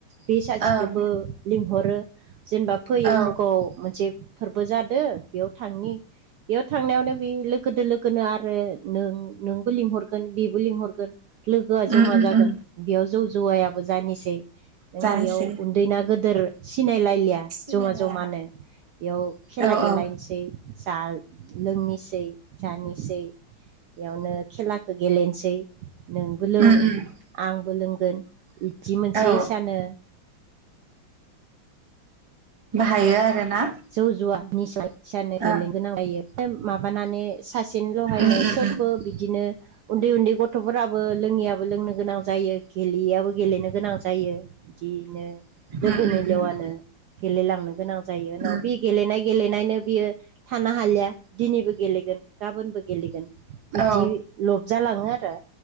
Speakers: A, on the right (about 75°); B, on the right (about 25°).
A: बे सासेखौबो
B: ओं
A: लिंहरो जेनेबा फै
B: औ
A: उमुगाव मोनसे फोरबो जादो बेयाव थांनि बेयाव थांनायावनो बे लोगोदो लोगोनो आरो नों नोंबो लिंहरगोन बेबो लिंहरगोन लोगोआ जमा
B: उम उम
A: जागोन
B: उम
A: बेयाव जौ जौवायाबो जानोसै। नों
B: जानोसै
A: इयाव उन्दैना गोदोर सिनायलायलिया
B: सिनायलाया
A: जमा जमानो बेयाव खेला
B: औ
A: गेलायनोसै
B: औ
A: जा लोंनोसै जानोसै बेयावनो खेलाखौ गेलेनोसै। नोंबो लों
B: उम उम
A: आंबो लोंगोन बिदि मोनसे
B: औ
A: इसानो
B: बाहायो आरोना
A: जौ जुवा निसा निसानो गेलेनो
B: ओं
A: गोनां जायो माबानानै सासेनिल'हायनो
B: उम उम
A: सोबबो बिदिनो उन्दै उन्दै गथ'फोराबो लोङियाबो लोंनो गोनां जायो गेलेयियाबो गेलेनो गोनां जायो बिदिनो
B: उम
A: लोगोनि
B: उम
A: लेवानो
B: उम
A: गेलेलांनो गोनां जायो उनाव
B: उम
A: बे गेलेनाय गेलेनायनो बियो थानो हालिया दिनैबो गेलेगोन गाबोनबो गेलेगोन बिदि
B: औ
A: लबजालाङो आरो